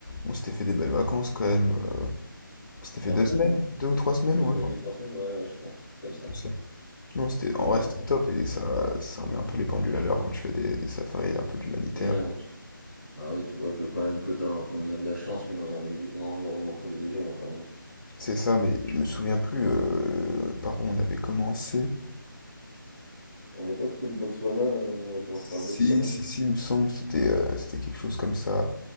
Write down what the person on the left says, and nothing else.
on s'était fait des belles vacances quand même. euh, on s'était
fait deux
semaines,
deux ou trois semaines,
ouais.
C'était
ça. Non, c'était, en vrai,
c'était
top et ça, ça remet un peu les pendules à l'heure quand tu fais des, des safaris un peu d'humanitaire.
C'est ça, mais je me souviens plus euh, par où on avait commencé.
Si,
si,
si, il me semble, c'était euh, c'était quelque chose comme ça.